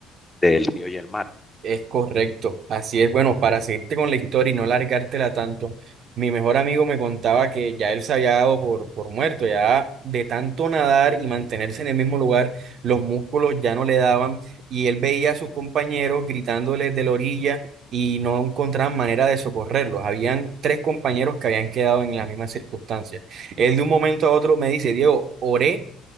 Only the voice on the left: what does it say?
del río y el mar.